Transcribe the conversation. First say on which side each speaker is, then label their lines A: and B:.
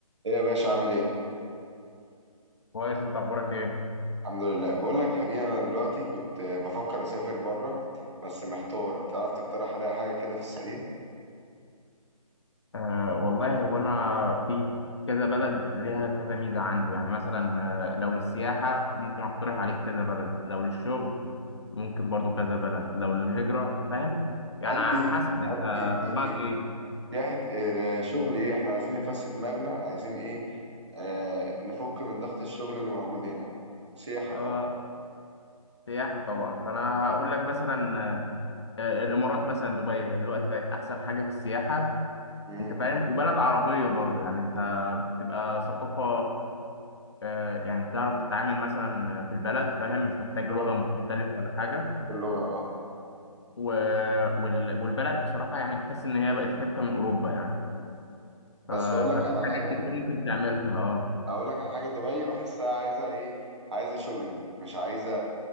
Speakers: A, on the right; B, on the left.
A: ايه يا باشا عامل ايه؟
B: كويس انت اخبارك ايه
A: الحمد لله بقول لك يا حبيبي انا دلوقتي كنت آه، بفكر اسافر بره بس محتار تعرف تقترح عليا حاجه كده في السريع؟
B: آه والله هو انا في كذا بلد ليها كذا ميزه عندي يعني مثلا آه، لو للسياحه ممكن اقترح عليك كذا بلد لو للشغل ممكن برضو كذا بلد لو للهجره انت فاهم يعني
A: قلبي
B: على حسب انت
A: قلبي
B: في
A: قلبي
B: دماغك ايه
A: سياحه آه، شغل ايه احنا عايزين نفسد دماغنا عايزين ايه آه نفك من ضغط الشغل اللي موجود هنا سياحه
B: اه
A: طبعا
B: سياحه طبعا فانا هقول لك مثلا آه، الامارات مثلا دبي هي دلوقتي بقت احسن حاجه في السياحه
A: امم
B: انت فاهم وبلد عربيه برضو يعني انت بتبقى ثقافه آه، يعني تعرف تتعامل مثلا في البلد فاهم مش محتاج لغة
A: لغه
B: مختلفة ولا حاجة
A: اللغه اه
B: و- وال- والبلد بصراحة يعني تحس إن هي بقت حتة من أوروبا يعني ف-
A: بس اقول لك
B: ففي
A: على حاجه
B: حاجات كتير ممكن تعملها اه
A: اقول لك على حاجه دبي بحسها عايزه ايه عايزه شوبينج مش عايزه